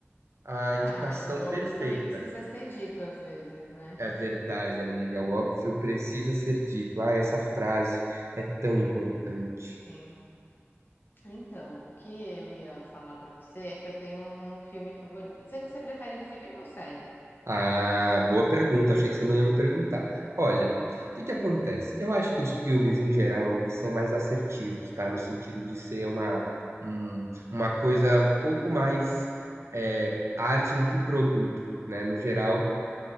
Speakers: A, on the right; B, on the left.
A: a
B: Ah,
A: indicação
B: mas o óbvio
A: perfeita.
B: também precisa ser dito às vezes, né?
A: É verdade, amiga, o óbvio precisa ser dito. Ah, essa frase é tão importante.
B: Sim. Então, o que eu ia falar pra você é que eu tenho um um filme favorito. Você, você prefere filme ou série?
A: Ah, boa pergunta. Achei que você não ia me perguntar. Olha, o que que acontece? Eu acho que os filmes, em geral, eles são mais assertivos, tá? No sentido de ser uma, um- uma coisa um pouco mais é, arte do que produto, né? No geral,